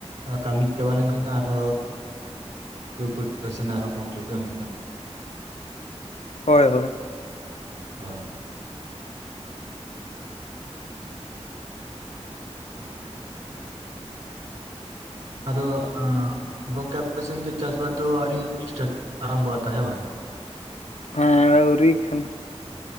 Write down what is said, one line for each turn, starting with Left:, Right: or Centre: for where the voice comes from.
Right: ᱟᱨ ᱠᱟᱹᱢᱤ ᱪᱟᱵᱟ ᱞᱮᱱᱠᱷᱟᱱ ᱟᱨᱦᱚᱸ ᱯᱟᱹᱴᱷᱩᱣᱟᱹ ᱥᱮᱱ ᱟᱨᱦᱚᱸ ᱢᱚᱱᱡᱳᱜ ᱮᱢ ᱦᱩᱭᱩᱜ ᱱᱟᱜ᱾
Left: ᱦᱳᱭ ᱦᱳᱭ᱾
Right: ᱦᱳᱭ᱾ ᱟᱫᱚ ᱮᱸ ᱜᱚᱝᱠᱮ ᱟᱯᱮᱥᱮᱱ ᱫᱚ ᱪᱟᱥᱵᱟᱥ ᱫᱚ ᱟᱹᱣᱨᱤ ᱥᱮᱴᱟᱴ ᱟᱨᱟᱢᱵᱷᱚᱜ-ᱟ ᱛᱚ ᱦᱮ ᱵᱟᱝ?
Left: ᱦᱮᱸ ᱟᱹᱣᱨᱤ ᱠᱷᱟᱱ